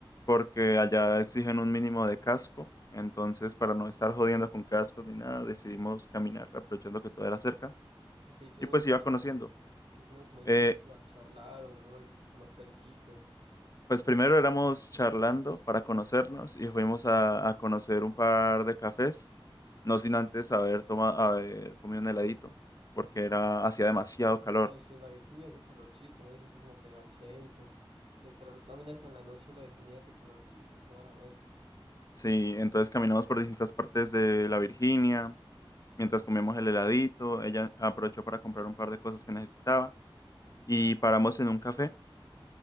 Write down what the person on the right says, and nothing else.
¿Y qué hicieron
ese
día?
¿Qué hicieron como ese
día? Charlaron, fueron a tomarse alguito.
Sí.
No, sí, en la Virginia hace calorcito, no se siente como pegachento. El calor también hasta en la noche en la Virginia hace calorcito, toda la vuelta.